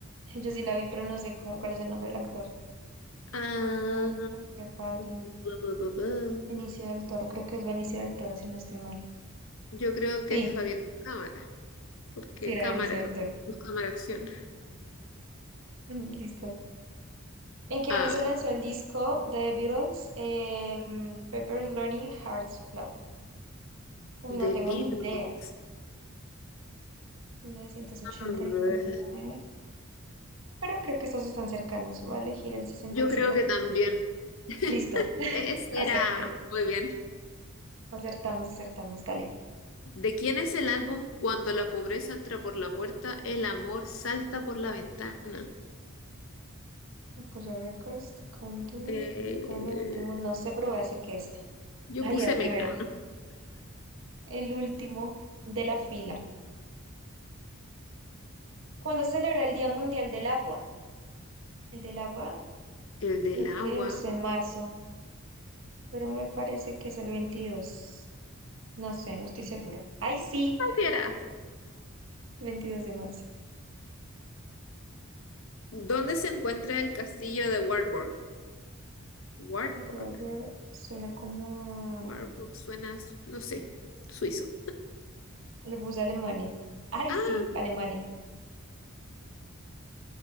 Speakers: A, on the right; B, on the left.
A: Yo sí la vi, pero no sé cómo- cuál es el nombre del actor.
B: Ah,
A: Almodóvar, Javier Bardem,
B: bu, bu, bu, bu.
A: Benicio del Toro. Creo que es Benicio del Toro, si no estoy mal.
B: Yo creo que
A: Sí,
B: es Javier Cámara, porque
A: sí era
B: cámara,
A: Benicio del Toro.
B: no cámara acción.
A: <laughs> Listo. ¿En qué
B: A
A: año se
B: ver,
A: lanzó el disco de The Beatles? Eh, mm, Pepper's Lonely Hearts Club. Uy,
B: de
A: no tengo
B: Beatles.
A: ni idea. Mil novecientos ochenta
B: A ver,
A: y nueve. Pero creo que estos están cercanos. Voy a elegir el sesenta
B: Yo
A: y
B: creo
A: siete.
B: que también. <laughs>
A: Listo, <laughs>
B: Ese era.
A: acerté.
B: Muy bien.
A: Acertamos, acertamos, dale.
B: ¿De quién es el álbum Cuando la pobreza entra por la puerta, el amor salta por la ventana?
A: Apoyar récords, tocando,
B: Eh,
A: tocando el último. No sé, pero voy a decir que esta.
B: yo
A: Ahí
B: puse
A: era el primero.
B: Meca.
A: El último de la fila. ¿Cuándo se celebra el Día Mundial del Agua? El del agua,
B: El del
A: creo
B: agua.
A: que es en marzo, pero me parece que es el 22. No sé, no estoy segura. ¡Ay, sí!
B: ¿Qué era?
A: El 22 de marzo.
B: ¿Dónde se encuentra el castillo de Wartburg? Wartburg.
A: Voy a ver, Suena como...
B: Warburg suena, no sé, suizo.
A: a- Le puse Alemania. ¡Ay,
B: Ah,
A: sí! Alemania.